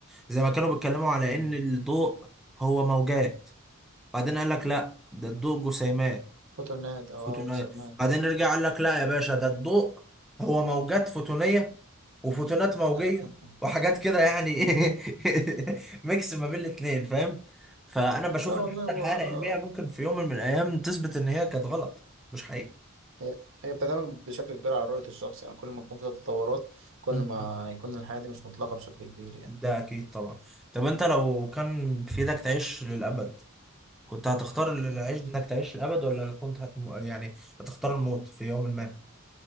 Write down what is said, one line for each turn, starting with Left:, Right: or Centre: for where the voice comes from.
Centre: زي ما كانوا بيتكلموا على
Right: مم،
Centre: ان الضوء هو موجات بعدين قال لك لا ده الضوء جسيمات
Right: فوتونات او
Centre: فوتونات
Right: أو جسيمات
Centre: بعدين رجع قال لك لا يا باشا ده الضوء هو موجات فوتونية وفوتونات موجية
Right: <laughs>
Centre: وحاجات كده يعني <laughs> ميكس ما بين الاتنين فاهم فأنا بشوف
Right: لا
Centre: إن
Right: والله
Centre: حتى
Right: هو
Centre: الحياة
Right: آه،
Centre: العلمية ممكن في يوم من الأيام تثبت إن هي كانت غلط مش حقيقة
Right: هي هي بتعتمد بشكل كبير على رؤية الشخص يعني كل ما يكون في تطورات كل
Centre: مم.
Right: ما يكون الحياة دي مش مطلقة بشكل كبير يعني
Centre: ده أكيد طبعا طب أنت لو كان في إيدك تعيش للأبد كنت هتختار العيش
Right: مم.
Centre: إنك تعيش للأبد ولا كنت هتم... يعني هتختار الموت في يوم ما